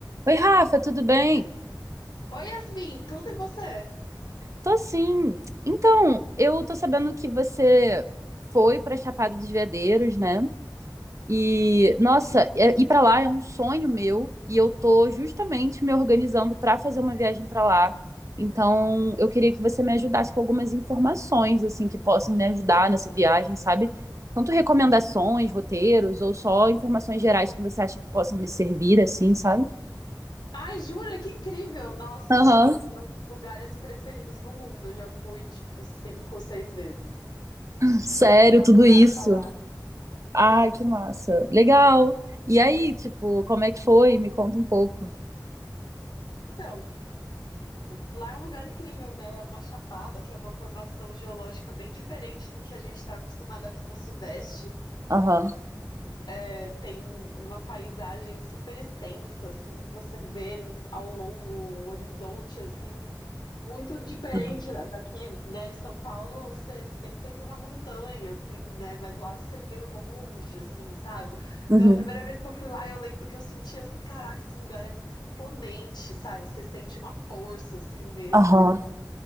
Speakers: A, on the right; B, on the left.
A: Oi, Rafa, tudo bem?
B: Oi, Yasmin, tudo e você?
A: Tô sim. Então, eu tô sabendo que você foi pra Chapada dos Veadeiros, né? E, nossa, é- ir pra lá é um sonho meu e eu tô justamente me organizando pra fazer uma viagem pra lá. Então, eu queria que você me ajudasse com algumas informações, assim, que possam me ajudar nessa viagem, sabe? Tanto recomendações, roteiros ou só informações gerais que você acha que possam me servir, assim, sabe?
B: Ai, jura, que incrível! Nossa,
A: Aham,
B: lá é um dos meus lugares preferidos no mundo. Eu já fui, tipo, cinco, seis vezes.
A: sério,
B: Eu vou
A: tudo
B: adorar
A: isso.
B: estar lá.
A: Ai,
B: Sim.
A: que massa. Legal. E aí, tipo, como é que foi? Me conta um pouco.
B: Então, lá é um lugar incrível, né? É uma chapada, que é uma formação geológica bem diferente do que a gente está acostumado aqui no Sudeste.
A: Aham.
B: É, tem uma paisagem super extensa, assim, que você vê ao longo, o horizonte, assim, muito diferente
A: Uhum.
B: da- daqui, né? Em São Paulo você tem sempre uma montanha, assim, né? Mas lá você vê longe, assim, sabe?
A: Uhum.
B: Então a primeira vez que eu fui lá, eu lembro que eu senti assim, caraca, esse lugar é muito imponente, sabe? Você sente uma força, assim mesmo.
A: Aham.